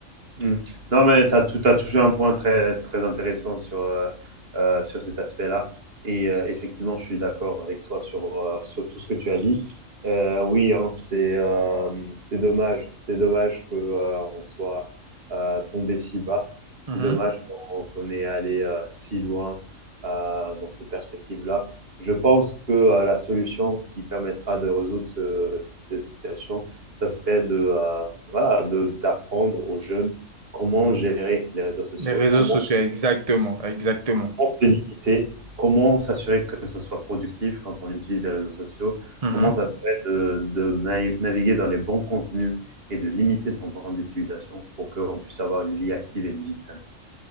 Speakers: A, on the right; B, on the right.
A: Mm. Non, mais tu as, as, toujours un point très, très intéressant sur, euh, euh, sur cet aspect-là. Et euh, effectivement, je suis d'accord avec toi sur, euh, sur tout ce que tu as dit. Euh, oui, hein, c'est euh, c'est dommage. C'est dommage qu'on euh, soit euh, tombé si bas. C'est
B: Mhm.
A: dommage qu'on qu'on est allé euh, si loin euh, dans cette perspective-là. Je pense que euh, la solution qui permettra de résoudre ce, cette situation, ça serait de euh, voilà de, d'apprendre aux jeunes comment gérer les réseaux sociaux,
B: Les réseaux
A: comment,
B: sociaux, exactement, exactement.
A: comment se limiter, comment s'assurer que ce soit productif quand on utilise les réseaux sociaux,
B: Mhm.
A: comment s'assurer de, de naviguer dans les bons contenus et de limiter son temps d'utilisation pour qu'on puisse avoir une vie active et une vie saine.